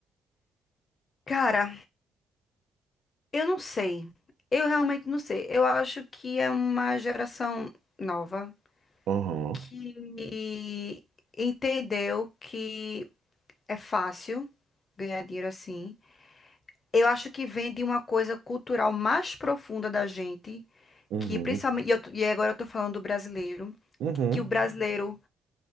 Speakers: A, on the left; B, on the right.
A: Cara, eu não sei. Eu realmente não sei. Eu acho que é uma geração nova.
B: Aham.
A: que entendeu que é fácil ganhar dinheiro assim. Eu acho que vem de uma coisa cultural mais profunda da gente,
B: Uhum.
A: que principalmente, e, eu tô- e agora eu tô falando do brasileiro,
B: Uhum.
A: que o brasileiro,